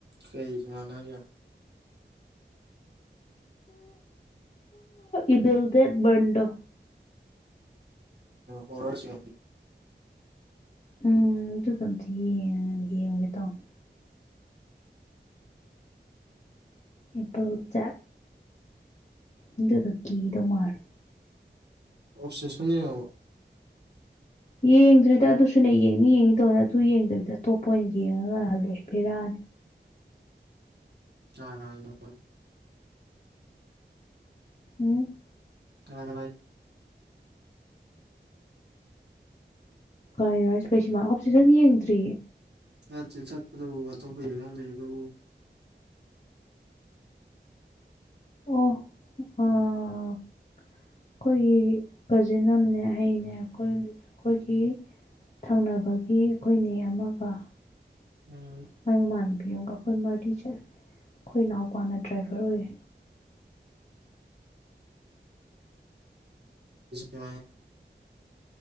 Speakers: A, on the right; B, on the left.
A: ꯀꯩ ꯁꯃꯅꯒ
B: ꯏꯕꯜ ꯗꯦꯠ ꯟꯗꯣ
A: ꯍꯣꯔꯁꯤ
B: ꯎꯝ ꯑꯗꯨꯗ ꯑꯝꯇ ꯌꯦ ꯌꯦꯡꯉꯨꯒꯦ ꯇꯧꯅꯦ ꯑꯦꯄꯜ ꯆꯠ ꯑꯗꯨꯒ ꯀꯤꯗꯧ ꯃꯥꯜꯂꯤꯦ
A: ꯑꯣꯞꯖꯦꯛꯁꯟ ꯌꯦꯡꯉꯕ
B: ꯌꯦꯡꯗ꯭ꯔꯤꯗ ꯑꯗꯨꯁꯨꯅꯦ ꯌꯦꯡꯅꯤ ꯌꯦꯡꯉ ꯇꯧꯅ ꯑꯗꯨ ꯌꯦꯡꯗꯕꯤꯗ ꯑꯇꯣꯞꯄ ꯑꯣꯏꯅ ꯌꯦꯡꯉꯒ ꯍꯜꯂꯛꯑꯦ ꯕꯦꯔꯥꯅꯤ
A: ꯍ ꯂꯣꯏꯅ
B: ꯎꯝ
A: ꯀꯦ ꯀꯦꯂꯣ
B: ꯀ ꯀꯩꯁꯤꯃ ꯑꯣꯞꯁꯤꯁꯟ ꯌꯦꯡꯗ꯭ꯔꯤꯌꯦ
A: ꯅꯠꯇꯦ ꯆꯠꯄꯗꯕꯨ ꯑꯇꯣꯞꯄ ꯌ ꯂꯩ ꯑꯗꯨꯕꯨ
B: ꯑꯣ ꯑ ꯑꯩꯈꯣꯏꯒꯤ ꯀꯖꯤꯟ ꯑꯃꯅꯦ ꯑꯩꯅꯦ ꯑꯩꯈꯣꯏ ꯑꯩꯈꯣꯏꯒꯤ ꯊꯪꯅꯕꯒꯤ ꯑꯩꯈꯣꯏꯅꯦ ꯑꯃꯒ
A: ꯎꯝ
B: ꯃꯥꯏ ꯃꯃꯥꯟꯅꯕꯤ ꯑꯃꯨꯒ ꯑꯩꯈꯣꯏ ꯃꯔꯗꯤ ꯆꯠꯂꯦ ꯑꯩꯈꯣꯏ ꯏꯅꯥꯎꯄꯥꯅ ꯗ꯭ꯔꯥꯏꯚꯔ ꯑꯣꯏꯌꯦ
A: ꯑ